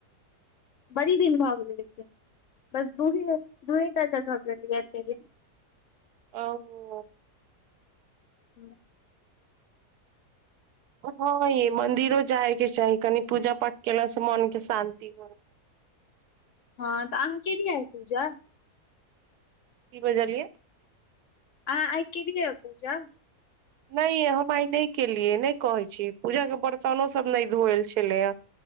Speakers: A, on the left; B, on the right.
A: बड़ी दिन भग रहलै छै बस दूही दूहे टा भाग रहलीऐ एके दिन
B: ओ
A: हँ
B: हँ य मंदिरो जाय के चाही कनि पूजा पाठ केलास स मन के शानंति <inaudible>
A: हँ तऽ अहाँ के आय पूजा
B: की बजलियै
A: आ आइ कालियै य पूजा
B: नहि हम आइ नहि केलियै नहि कहै छी पूजा के बर्तनो सब नहि धोएल छलै या